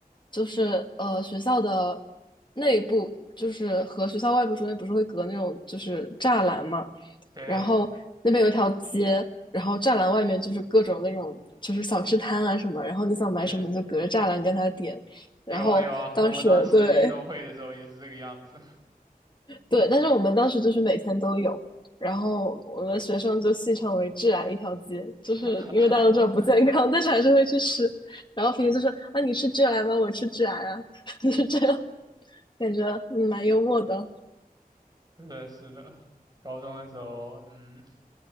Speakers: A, on the left; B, on the right.
A: 就是呃学校的内部，就是和学校外部中间不是会隔那种就是栅栏嘛。
B: 对
A: 然后那边有一条街，然后栅栏外面就是各种那种就是小吃摊啊什么，然后你想买什么你就隔着栅栏跟他点。
B: 对，有啊有啊，
A: 然后当时对
B: 我们当时运动会的时候也是这个样子。
A: 对，但是我们当时就是每天都有，然后我们学生就戏称为“致癌一条街”，就是因为大家都知道不健康，
B: <laughs>
A: 但是还是会去吃。然后平时就说啊，你吃致癌吗？我吃致癌啊，<laughs> 就是这样，感觉嗯蛮幽默的，
B: 是的，是的，高中的时候，嗯，